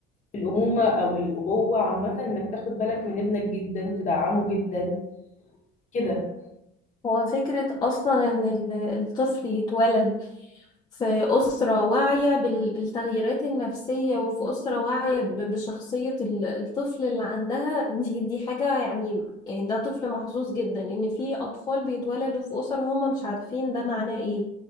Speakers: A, on the left; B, on the left.
A: الامومه او الابوه عامه انك تاخد بالك من ابنك جدا تدعمه جدا كده
B: هو فكرة أصلا إن ال- الطفل يتولد في أسرة واعية بال- بالتغييرات النفسية وفي أسرة واعية ب- بشخصية ال- الطفل اللي عندها دي دي حاجة يعني يعني ده طفل محظوظ جدا إن في أطفال بيتولدوا في أسر هم مش عارفين ده معناه إيه